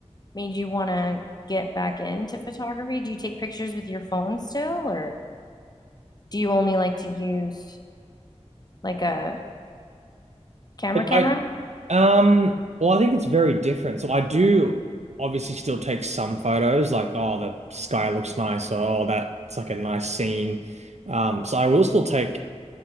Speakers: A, on the left; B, on the right.
A: made you want to get back into photography? Do you take pictures with your phone still or do you only like to use like a camera
B: I,
A: camera?
B: I um, well, I think it's very different. So I do obviously still take some photos, like oh, the sky looks nice, or oh, that's like a nice scene. Um, so I will still take